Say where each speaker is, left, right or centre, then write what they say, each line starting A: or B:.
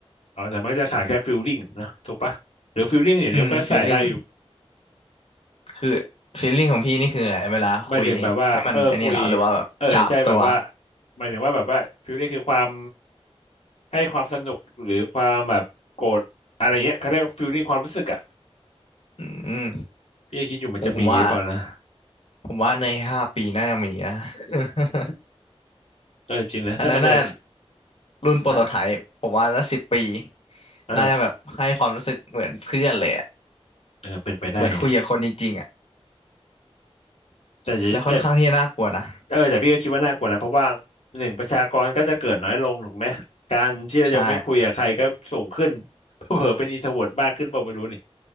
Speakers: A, on the left; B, on the left.
A: อาแต่มันก็จะขาดแค่ฟิลลิ่งนะถูกปะหรือฟิลลิ่งอย่างเนี้ก็ใส่ได้อยู่
B: อืม feeling คือ feeling ของพี่นี่คือไงเวลาคุยให้มันไอันนี้เหรอหรือว่าแบบจับตัว
A: ไม่ถึงแบบว่าเออคุยเออใช่แบบว่าหมายถึงว่าแบบว่าฟิลลิ่งคือความให้ความสนุกหรือความแบบโกรธอะไรเงี้ยเขาเรียกฟิลลิ่งความรู้สึกอ่ะ
B: อืม
A: พี่ก็คิดอยู่มันจะมีหรือเปล่านะ
B: ผมผมว่าผมว่าในห้าปีน่าจะมีนะ <laughs>
A: เออจริงนะถ้ามันจะ
B: อันนั้นน่ะรุ่นโปรโตไทป์ผมว่าน่าสิบปี
A: ถ้าเออ
B: น่าจะแบบให้ความรู้สึกเหมือนเพื่อนเลยอะ
A: เออเป็นไปได้อะ
B: เหมือนคุยกับคนจริงๆอ่ะ
A: แต่จะแต่
B: แล้วค่อนข้างที่จะน่ากลัวนะ
A: เออแต่พี่ก็คิดว่าน่ากลัวนะเพราะว่าหนึ่งประชากรก็จะเกิดน้อยลงถูกไหมการที่เราจะไม่คุยกับใครก็สูงขึ้น
B: ใช่
A: <laughs> เผลอๆเป็นอินโทรเวิร์ตมากขึ้นเปล่าไม่รู้นี่